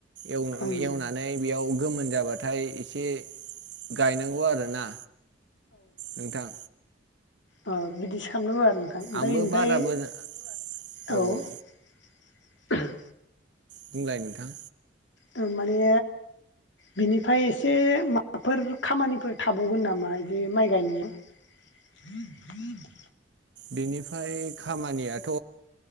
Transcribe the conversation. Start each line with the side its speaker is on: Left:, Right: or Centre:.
Right: एव-एवनानै
Left: ओं
Right: बेयाव गोमोन जाबा नाथाय इसे गायनांगौ आरो ना नोंथां
Left: अ बिदिसो खालामनांगौ आरो नोंथां
Right: आंबो
Left: ओमफाय
Right: बारा मोजां औ
Left: ओमफाय
Right: औ
Left: औ
Right: बुंलाय नोंथां
Left: तारमाने बिनिफाय एसे माबाफोर खामानिफोर थाबावगोन नामा इदि माइ गायनायनि <inaudible>
Right: बेनिफाय खामानियाथ